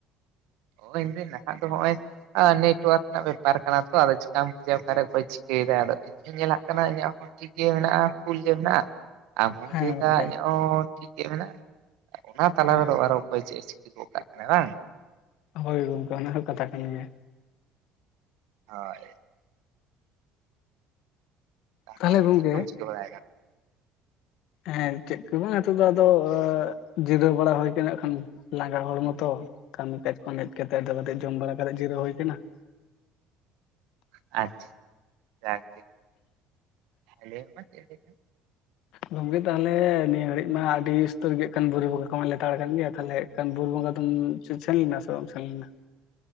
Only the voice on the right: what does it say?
ᱱᱚᱜ-ᱚᱭ <unintelligible> ᱫᱚ ᱱᱚᱜ-ᱚᱭ ᱟ ᱱᱮᱴᱣᱟᱨᱠ ᱨᱮᱱᱟᱜ ᱵᱮᱯᱟᱨ ᱠᱟᱱᱟ ᱛᱚ ᱟᱫᱚ ᱪᱤᱠᱟᱢ ᱵᱩᱡᱟ ᱟᱠᱟ ᱨᱮ ᱚᱠᱚᱭ ᱪᱤᱠᱟᱹᱭᱮᱫᱟ ᱾ ᱟᱫᱚ ᱧᱮᱞᱟᱜ ᱠᱟᱱᱟ ᱤᱧᱟᱜ ᱦᱚᱸ ᱴᱷᱤᱠ ᱜᱮ ᱢᱮᱱᱟᱜ-ᱟ ᱯᱷᱩᱞ ᱜᱮ ᱢᱮᱱᱟᱜ-ᱟ᱾ ᱟᱢ ᱦᱚᱸᱢ
ᱞᱟᱹᱭᱮᱫᱟ
ᱤᱧᱟᱹᱜ ᱦᱚᱸ ᱴᱷᱤᱠ ᱜᱮ ᱢᱮᱱᱟᱜ-ᱟ᱾ ᱚᱱᱟ ᱛᱟᱞᱟ
ᱨᱮ ᱫᱚ ᱟᱨᱦᱚᱸ ᱚᱠᱚᱭ ᱪᱮᱫ ᱮ ᱪᱤᱠᱟᱹ ᱜᱚᱜ ᱠᱟᱜ ᱠᱟᱱᱟᱭ ᱵᱟᱝ᱾
ᱦᱳᱭ ᱾ ᱛᱟᱦᱞᱮ
ᱪᱮᱫ ᱠᱚᱢ ᱪᱤᱠᱟᱹ ᱵᱟᱲᱟᱭ ᱮᱫᱟ?
ᱟᱪᱪᱷᱟ, <inaudible> ᱡᱟᱜ ᱜᱮ ᱾ <inaudible> ᱦᱮᱸ ᱞᱟᱹᱭ ᱢᱮ ᱾